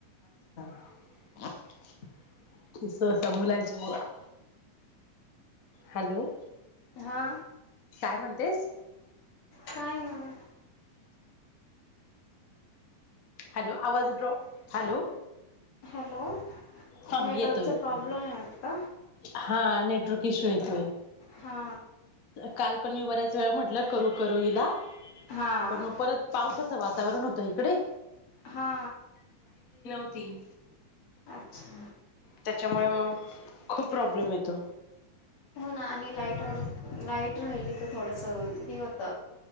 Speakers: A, on the left; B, on the left.
A: <unintelligible> मुलांच्या <unintelligible> हॅलो.
B: हा.
A: काय म्हणतेस?
B: काय नाय.
A: हॅलो. आवाज ड्रॉप हॅलो.
B: हॅलो
A: हा
B: नेटवर्कचा
A: येतो येतो.
B: प्रॉब्लेम आहे वाटतं
A: हा आणि तोच इशु येतोय.
B: हा.
A: काल पण मी बऱ्याच वेळा म्हटलं करू करू हिला
B: हां
A: पण मग परत पावसाचा वाच वातावरण होतं इकडे
B: हा
A: होती
B: अच्छा
A: त्याच्यामुळे मग खूप प्रॉब्लेम येतो
B: हो ना आणि लाईटवरर लाईट राहिली तर थोडस हे होत